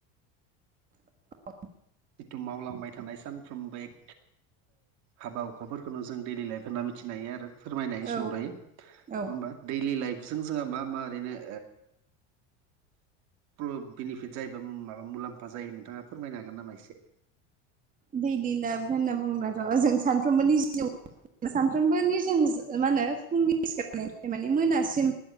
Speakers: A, on the right; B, on the right.
A: द
B: जिथु मावलांबाय थानाय सानफ्रोमबो एक हाबा हुखाफोरखौनो जों दैडलि लाइफ होनना मिथिनो हायो आरो फोरमायनाय
A: औ
B: सुंद्रै नङा
A: औ
B: होमबा दैलि लाइफजों जोंहा मा मा ओरैनो बेनिफिट जायोबा माबा मुलाम्फा जायो नोंथाङा फोरमायनो हागोन नामा एसे
A: दैलि लाभ होनना बुङब्लाथ'ओ जों सानफ्रोमबोनि जिउ सानफ्रोमबो निजोम मा होनो फुंनि सिखारनिफ्राय मान मोनासिम